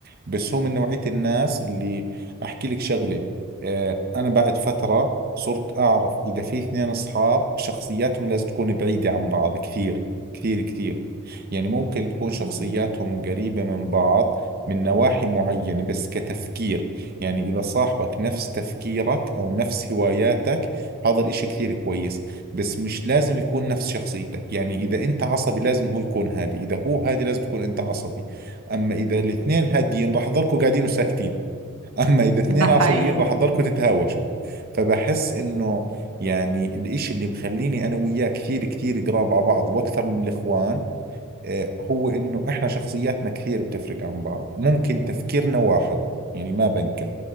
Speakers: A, on the right; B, on the right.
A: بس هو من نوعية الناس اللي احكي لك شغلة اه انا بعد فترة صرت اعرف اذا في اثنين اصحاب شخصياتهم لازم تكون بعيدة عن بعض كثير كثير كثير يعني ممكن تكون شخصياتهم
B: مم.
A: قريبة من بعض من نواحي معينة بس كتفكير يعني إذا صاحبك نفس تفكيرك أو نفس هواياتك هذا الإشي كثير كويس بس مش لازم يكون نفس شخصيتك يعني إذا أنت عصبي لازم هو يكون هادي إذا هو هادي لازم تكون أنت عصبي أما إذا الاثنين هاديين راح تضلكوا قاعدين وساكتين <laughs> أما إذا اثنين
B: ده حقيقي
A: عصبيين راح تضلكوا تتهاوشوا فبحس إنه يعني الإشي اللي مخليني أنا وياه كثير كثير قراب على بعض وأكثر من الإخوان آه، هو انه احنا شخصياتنا كثير بتفرق عن بعض ممكن تفكيرنا واحد يعني ما بنكر